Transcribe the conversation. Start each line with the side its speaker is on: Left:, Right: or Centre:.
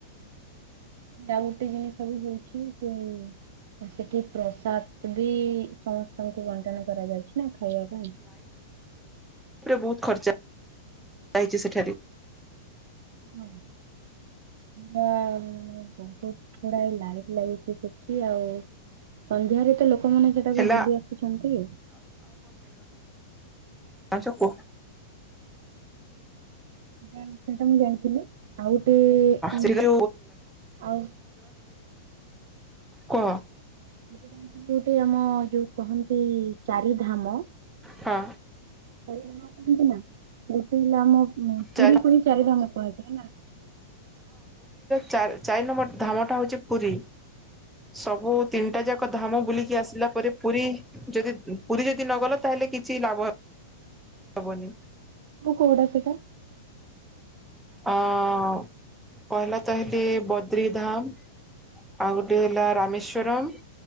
Right: ଆଉ ଗୁଟେ ଜିନିଷ ବି ହଉଛି ସେ ଅ, ସେଠି ପ୍ରସାଦ ଭି ସମସ୍ତଙ୍କୁ ବଣ୍ଟନ କରାଯାଉଛି ନା। ଖାଇବା ପାଇଁ।
Centre: ଏଥିରେ ବହୁତ ଖର୍ଚ୍ଚ ହେଇଚି ସେଠାରେ।
Right: <unintelligible> ବହୁତ ଥୁଡାଏ ଲାଇଟ୍ ଲାଗିଛି, ସେଠି ଆଉ ସନ୍ଧ୍ୟାରେ ତ ଲୋ କମାନେ ସେଠା
Centre: ହେଲା
Right: କୁ ବୁଲି ଆସୁଛନ୍ତି।
Centre: ପାନ୍ସକୁ
Right: ଜାନତେ। ତ ମୁଁ ଜାଣିଥିଲି ଆଉ ଗୋଟେ ଉଁ,
Centre: ସେଠି
Right: ଆଉ
Centre: କହ।
Right: ଗୋଟେ ଜାଣିଥିବୁ ଗୋଟେ ଆମ ଯୋଉ କହନ୍ତି ଚାରି ଧାମ
Centre: ହଁ।
Right: ଚାରିଧାମ କୁହନ୍ତି ନା ଗୋଟେ ହେଲା ଆମ ଉଁ,
Centre: ଚାରି
Right: ପୁରୀକୁ ହିଁ ଚାରିଧାମ କୁହାଯାଏ ନା।
Centre: ଚା-ଚାରି ନମ୍ବର ଧାମଟା ହଉଚି ପୁରୀ ସବୁ ତିନିଟା ଯା କ ଧାମ ବୁଲିକି ଆସିଲା ପରେ ପୁରୀ ଯଦି ପୁରୀ ଯଦି ନଗଲ ତାହେଲେ କିଛି ଲାଭ ହବନି
Right: ମୁଁ କେଉଡା ସେଟା?
Centre: ଅଁ ପହିଲା ତା ହେଲେ ବଦ୍ରିଧାମ ଆଉ ବେଲା ରାମେଶ୍ୱରମ୍